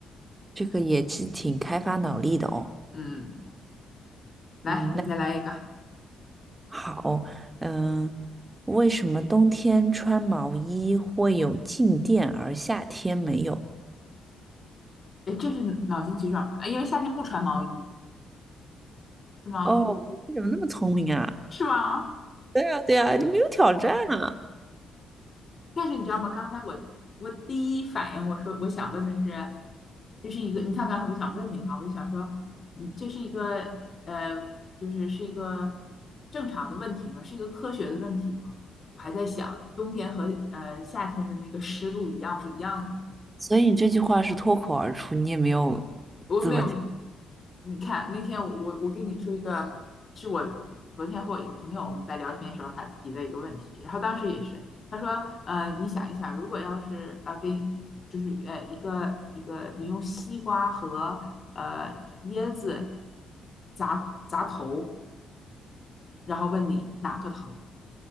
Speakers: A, on the right; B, on the left.
A: 这个也是挺开发脑力的哦。
B: 嗯，来，
A: 嗯，
B: 你再来一个，
A: 那好，嗯，为什么冬天穿毛衣会有静电，而夏天没有？
B: 哎，这是脑筋急转弯，哎因为夏天不穿毛衣是吗？
A: 哦，你怎么那么聪明啊？
B: 是吗？
A: 对啊，对啊，你没有挑战啊。
B: 但是你知道吗？刚才我我第一反应我说我想问的是，这是一个你看刚才我想问你嘛，我就想说，嗯，这是一个呃，就是是一个正常的问题吗？是一个科学的问题吗？我还在想冬天和呃夏天的那个湿度一样不一样呢？
A: 所以你这句话是脱口而出，你也没有
B: 我没有，
A: 怎么。
B: 你看那天我我我给你出一个，是我昨天和我一个朋友我们在聊天的时候他提的一个问题，然后当时也是他说，呃，你想一想，如果要是呃给你就是呃一个一个你用西瓜和呃椰子砸砸头，然后问你哪个疼？